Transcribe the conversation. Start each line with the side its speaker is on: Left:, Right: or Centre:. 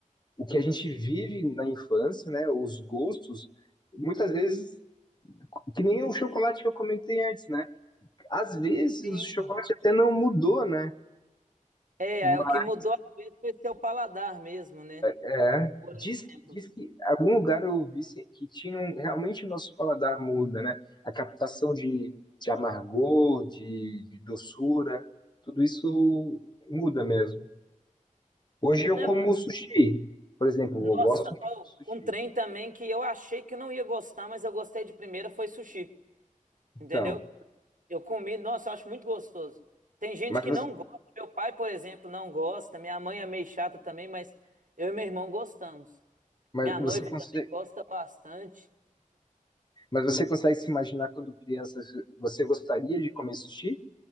Left: o que a gente vive na infância, né? Os gostos, muitas vezes, que nem o chocolate que eu comentei antes, né? Às vezes
Right: Sim.
Left: o chocolate até não mudou, né?
Right: É,
Left: Mas,
Right: é o que mudou às vezes foi seu paladar mesmo, né?
Left: é,
Right: Por
Left: diz
Right: exemplo.
Left: que, diz que em algum lugar eu vi se- que tinha um- realmente o nosso paladar muda, né? A captação de, de amargor, de, de doçura, tudo isso muda mesmo. Hoje eu
Right: Né,
Left: como
Right: mano?
Left: sushi, por exemplo, eu
Right: Nossa,
Left: gosto muito de
Right: ó,
Left: sushi.
Right: um trem também que eu achei que eu não ia gostar, mas eu gostei de primeira foi sushi,
Left: Então,
Right: entendeu? Eu comi, nossa, eu acho muito gostoso. Tem gente
Left: mas
Right: que
Left: você,
Right: não gosta. Meu pai, por exemplo, não gosta. Minha mãe é meio chata também, mas eu e meu irmão gostamos.
Left: mas
Right: Minha
Left: você
Right: noiva
Left: conse-
Right: também gosta bastante.
Left: Mas você consegue se imaginar quando criança você gostaria de comer sushi?